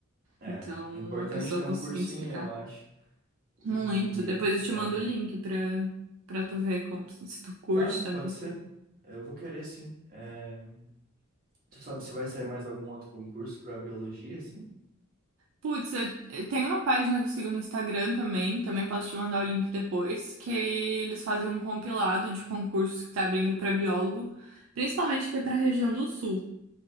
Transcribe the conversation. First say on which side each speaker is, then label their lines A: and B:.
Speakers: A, on the right; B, on the right.
A: É,
B: Então,
A: é importante
B: a pessoa
A: ter
B: conseguindo
A: um cursinho,
B: explicar.
A: eu acho. E
B: Muito. Depois eu te
A: é,
B: mando o link pra, pra tu ver como- se tu curte
A: tá,
B: também.
A: pode ser. Eu vou querer sim. É, tu sabe se vai sair mais algum outro concurso para biologia, assim?
B: Putz, eu- eu- tem uma página que eu sigo no Instagram também, também posso te mandar o link depois, que eles fazem um compilado de concursos que tá abrindo pra biólogo, principalmente aqui pra região do Sul.